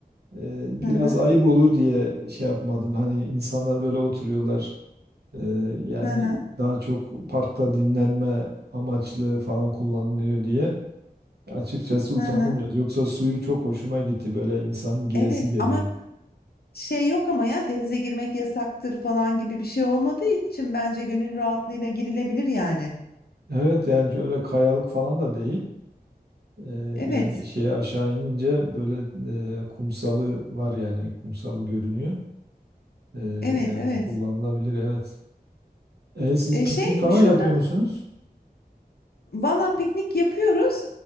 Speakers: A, on the right (about 85°); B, on the left (about 75°).
A: Eee, biraz
B: Hı hı.
A: ayıp olur diye şey yapmadım. Hani insanlar böyle oturuyorlar. Eee, yani
B: Hı hı.
A: daha çok parkta dinlenme amaçlı falan kullanılıyor diye. Açıkçası utandım
B: Hı hı.
A: biraz. Yoksa suyu çok hoşuma gitti. Böyle insanın giresi
B: Evet
A: geliyor.
B: ama şey yok ama ya denize girmek yasaktır falan gibi bir şey olmadığı için bence gönül rahatlığıyla girilebilir yani.
A: Evet yani öyle kayalık falan da değil. Eee,
B: Evet,
A: yani şeye aşağı inince böyle eee, kumsalı var yani kumsalı görünüyor. Eee,
B: evet,
A: yani
B: evet.
A: kullanılabilir evet. E, siz
B: E
A: piknik
B: şey
A: falan
B: şurada
A: yapıyor musunuz?
B: valla piknik yapıyoruz